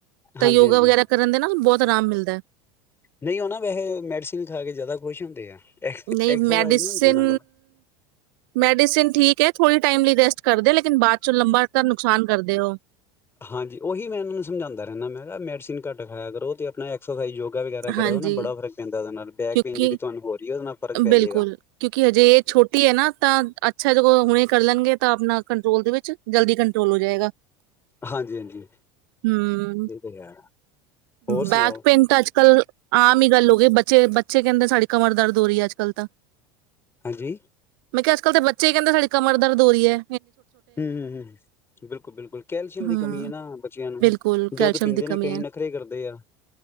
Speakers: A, on the right (about 75°); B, on the left (about 20°).
A: ਤਾਂ
B: ਹਾਂਜੀ
A: ਯੋਗਾ
B: ਹਾਂਜੀ
A: ਵਗੈਰਾ ਕਰਨ ਦੇ ਨਾ ਬਹੁਤ ਆਰਾਮ ਮਿਲਦਾ ਹੈ।
B: ਨਹੀਂ ਉਹ ਨਾ ਵੈਸੇ ਮੈਡੀਸਨ ਖਾ ਕੇ ਜ਼ਿਆਦਾ ਖੁਸ਼ ਹੁੰਦੇ ਆ। ਐਕਸਰਸਾਈਜ਼
A: ਨਹੀਂ ਮੈਡੀਸਨ
B: ਨਹੀਂ ਹੁੰਦੀ ਉਹਨਾਂ ਕੋਲ
A: ਮੈਡੀਸਿਨ ਠੀਕ ਹੈ। ਥੋੜ੍ਹੀ ਟਾਈਮ ਲਈ ਰੈਸਟ ਕਰਦੇ ਲੇਕਿਨ ਬਾਅਦ ਚ ਲੰਬਾ ਤ ਨੁਕਸਾਨ ਕਰਦੇ ਹੋ।
B: ਹਾਂਜੀ ਉਹੀ ਮੈਂ ਇਹਨਾਂ ਨੂੰ ਸਮਝਾਦਾ ਰਹਿੰਦਾ ਮੈਂ ਕਿਹਾ ਮੈਡੀਸਨ ਘੱਟ ਖਾਇਆ ਕਰੋ ਤੇ ਆਪਣਾ ਐਕਸਰਸਾਈਜ਼ ਯੋਗਾ ਵਗੈਰਾ ਕਰੀਆ
A: ਹਾਂਜੀ
B: ਕਰੋ ਓ ਨਾ ਬੜਾ ਫ਼ਰਕ ਪੈਂਦਾ ਉਹਦੇ ਨਾਲ ਬੈਕ
A: ਕਿਉਂਕਿ
B: ਪੇਨ ਜਿਹੜੀ ਤੁਹਾਨੂੰ ਹੋ ਰਹੀ ਹੈ ਉਹਦੇ ਨਾਲ ਫ਼ਰਕ ਪੈ
A: ਬਿਲਕੁਲ
B: ਜੇਗਾ।
A: ਕਿਉਂਕਿ ਹਜੇ ਇਹ ਛੋਟੀ ਹੈ ਨਾ ਤਾਂ ਅੱਛਾ ਜੇ ਹੁਣੇ ਕਰ ਲੈਣਗੇ ਤਾਂ ਆਪਣਾ ਕੰਟਰੋਲ ਦੇ ਵਿੱਚ ਜਲਦੀ ਕੰਟਰੋਲ ਹੋ ਜਾਏਗਾ
B: ਹਾਂਜੀ ਹਾਂਜੀ
A: ਹਮ
B: ਇਹ ਤੇ ਹੈ ਹੋਰ ਸੁਣਾਓ
A: ਬੈਕ ਪੇਨ ਤਾਂ ਅੱਜ ਚੱਲ ਆਮ ਹੀ ਗੱਲ ਹੋ ਗਏ ਬੱਚੇ ਕਹਿੰਦੇ ਸਾਡੀ ਕਮਰ ਦਰਦ ਹੋ ਰਹੀ ਹੈ ਅੱਜ ਕੱਲ੍ਹ ਤਾਂ
B: ਹਾਂਜੀ
A: ਮੈਂ ਕਿਹਾ ਅੱਜ ਕੱਲ ਤਾਂ ਬੱਚੇ ਹੀ ਕਹਿੰਦੇ ਸਾਡੀ ਕਮਰ ਦਰਦ ਹੋ ਰਹੀ ਏ।
B: ਹੂੰ ਹੂੰ ਬਿਲਕੁਲ ਬਿਲਕੁਲ ਕੈਲਸ਼ੀਅਮ ਦੀ
A: ਹੂੰ
B: ਕਮੀ ਹੈ ਨਾ ਬੱਚਿਆਂ ਨੂੰ
A: ਬਿਲਕੁਲ
B: ਦੁੱਧ
A: ਕੈਲਸ਼ੀਅਮ
B: ਪੀਂਦੇ
A: ਦੀ ਕਮੀ
B: ਨੇ ਕਈ
A: ਹੈ
B: ਨਖਰੇ ਕਰਦੇ ਆ।